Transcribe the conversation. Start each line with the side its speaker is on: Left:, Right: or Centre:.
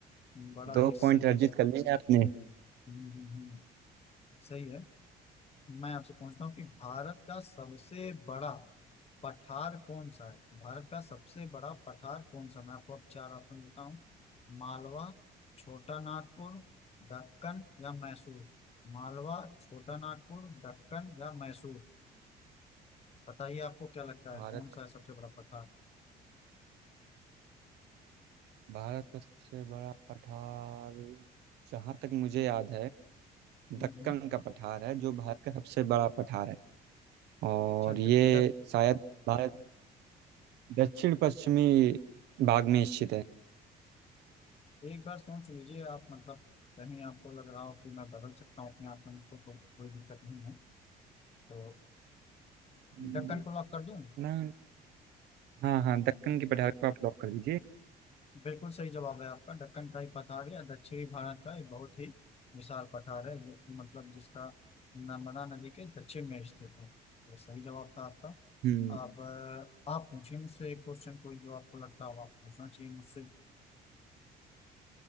Left: बड़ा
Right: दो
Left: ही सही
Right: पॉइंट अर्जित कर लिए आपने
Left: हम्म, हम्म, हम्म, सही है मैं आपसे पूछता हूँ कि भारत का सबसे बड़ा पठार कौन सा है भारत का सबसे बड़ा पठार कौन सा मैं आपको अब चार ऑप्शन देता हूँ मालवा छोटा नागपुर दक्कन या मैसूर मालवा छोटा नागपुर दक्कन या मैसूर बताइए आपको क्या लगता है
Right: भारत
Left: कौन सा
Right: का
Left: है सबसे बड़ा पठार
Right: भारत का सबसे बड़ा पठार जहाँ तक मुझे याद है
Left: हम्म
Right: दक्कन
Left: हम्म।
Right: का पठार है जो भारत का सबसे बड़ा पठार है और
Left: अच्छा ड-
Right: ये
Left: डक
Right: शायद भारत दक्षिण पश्चिमी भाग में स्थित है
Left: एक बार सोच लीजिए आप मतलब कहीं आपको लग रहा हो कि मैं बदल सकता हूँ अपने आंसर को को, कोई दिक्कत नहीं है तो
Right: हम्म,
Left: दक्कन को लॉक कर दूं
Right: ना हाँ हाँ दक्कन की पठार को आप लॉक कर दीजिए
Left: बिल्कुल सही जवाब है आपका दक्कन का ही पठार है दक्षिणी भारत का एक बहुत ही विशाल पठार है जो- मतलब जिसका नर्मदा नदी के दक्षिण में स्थित है तो सही जवाब था आपका
Right: हम्म
Left: अब अ, आप पूछिए मुझसे एक क्वेश्चन कोई जो आपको लगता हो आप पूछना चाहिए मुझसे